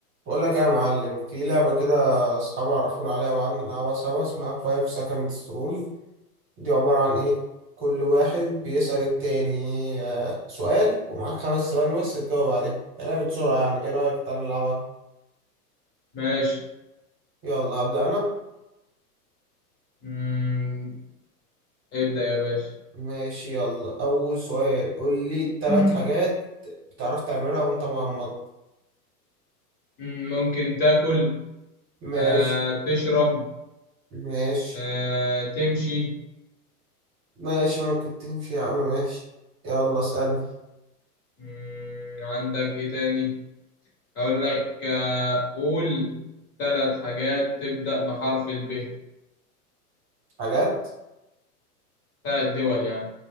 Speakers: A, on the right (about 25°); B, on the left (about 35°).
A: بقول لك إيه يا معلم في لعبة كده أصحابي عرفونا عليها وقعدنا نلعبها سوا اسمها 5 seconds rule دي عبارة عن إيه؟ كل واحد بيسأل التاني آه، سؤال ومعاك خمس ثواني بس تجاوب عليه يا لعبة سرعة يعني إيه رأيك تعالى نلعبها؟
B: ماشي
A: يلا هبدأ أنا
B: مم. ابدأ يا باشا
A: ماشي يلا أول سؤال قول لي تلات
B: <clears throat>
A: حاجات بتعرف تعملها وأنت مغمض
B: مم، ممكن تاكل
A: ماشي
B: آه، تشرب
A: ماشي
B: آه، تمشي
A: ماشي ممكن تمشي يا عم ماشي يلا اسألني
B: مم، عندك ايه تاني اقول لك آه، قول ثلاث حاجات تبدأ بحرف الب
A: حاجات
B: ثلاث دول يعني